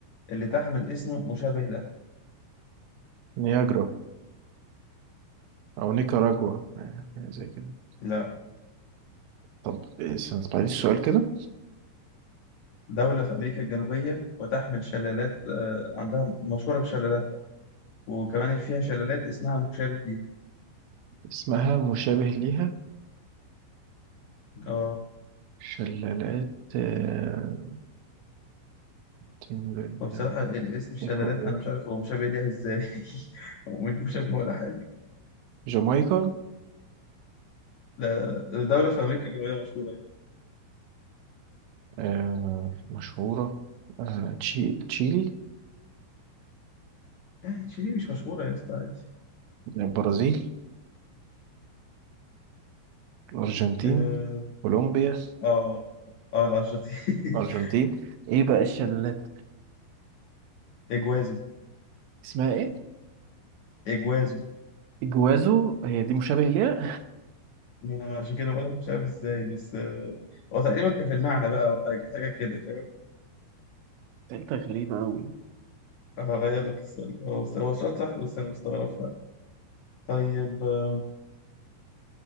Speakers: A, on the left (about 75°); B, on the right (about 85°).
A: اللي تحمل اسم مشابه له
B: نياجرا أو نيكاراجوا آه، حاجة زي كده
A: لا
B: طب استنى بعد السؤال كده
A: دولة في أمريكا الجنوبية وتحمل شلالات آه، عندها مشهورة بشلالاتها وكمان فيها شلالات اسمها مشابه ليها
B: اسمها مشابه ليها
A: اه
B: شلالات آه، تنجل-
A: فبصراحة الاسم الشلالات
B: إكوادور
A: أنا مش عارف هو مشابه ليها إزاي <laughs> هو مش مشابه ولا حاجة
B: جامايكا
A: لا لا لا دولة في أمريكا الجنوبية مشهورة يعني
B: آه، مشهورة آه، تشي- تشيلي
A: لا تشيلي مش مشهورة يا اسطى عادي
B: البرازيل الأرجنتين
A: اه
B: كولومبيا
A: اه آه، الأرجنتين <laughs>
B: الأرجنتين إيه بقى الشلالات
A: إجوازو
B: اسمها إيه؟
A: إجوازو
B: إجوازو هي دي مشابه ليها؟
A: أنا عشان كده بقولك مش عارف إزاي بس آه، هو تقريبا كان في المعنى بقى أو حاجة حاجة كده فاهم
B: <laughs> سألتها غريبة أوي
A: هغير لك السؤال ده هو هو السؤال صح بس أنا مستغرب طيب آه،